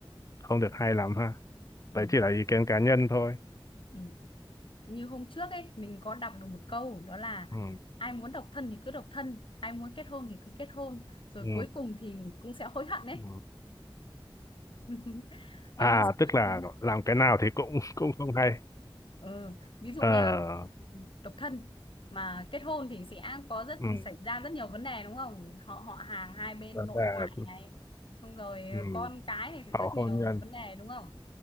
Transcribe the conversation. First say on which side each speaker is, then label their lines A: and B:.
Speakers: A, on the left (about 35°); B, on the left (about 65°).
A: không được hay lắm ha
B: ừ,
A: đấy chỉ là ý kiến cá nhân thôi
B: ừ. Như hôm trước ấy mình có đọc được một câu đó là
A: ừ.
B: ai muốn độc thân thì cứ độc thân, ai muốn kết hôn thì cứ kết hôn, rồi
A: Ừ.
B: cuối cùng thì cũng sẽ hối hận ấy
A: Ừ.
B: <laughs> bạn
A: à
B: nghĩ sao
A: tức
B: về
A: là
B: nó
A: làm cái nào thì cũng <laughs> cũng không hay
B: ừ. ví dụ
A: ờ
B: nhá độc thân mà kết hôn thì sẽ có rất
A: ừ.
B: xảy ra rất nhiều vấn đề đúng không họ họ hàng hai bên
A: Và
B: nội
A: là
B: ngoại này xong rồi
A: ừ.
B: con cái này sẽ
A: hậu
B: rất nhiều
A: hôn nhân
B: vấn đề đúng không